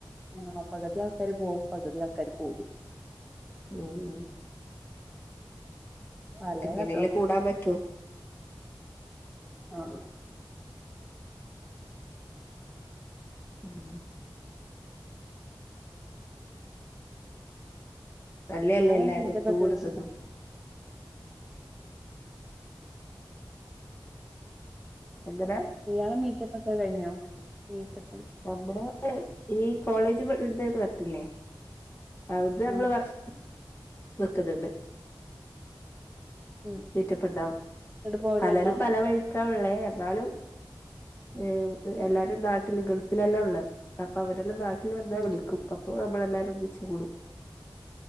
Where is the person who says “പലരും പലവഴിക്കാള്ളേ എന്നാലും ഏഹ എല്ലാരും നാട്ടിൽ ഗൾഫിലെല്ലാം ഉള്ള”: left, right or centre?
Left